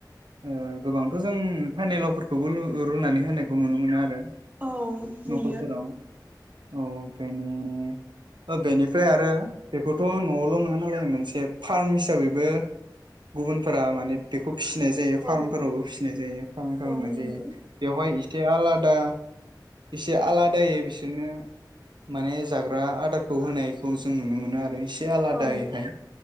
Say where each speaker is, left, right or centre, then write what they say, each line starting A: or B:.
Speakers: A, on the right (about 75°); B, on the right (about 20°).
A: ओ गोबांथ' जों फानिलावफोरखौबो लु रुनानै होनायखौ नुनो मोनो आरो
B: औ नुयो
A: नखरफोराव औ बेनि ओ बेनिफ्राय आरो बेखौ थ' न'आवल' नङा नालाय मोनसे फार्म हिसाबैबो गुबुनफोरा माने बेखौ फिसिनाय जायो फार्मफोरावबो
B: औ
A: फिसिनाय जायो फार्म खालामनाय
B: औ नंगौ
A: जायो बेवहाय इसे आलादा इसे आलादायै बिसोरनो माने जाग्रा आदारखौ होनायखौ जों नुनो मोनो आरो इसे आलादायैहाय
B: औ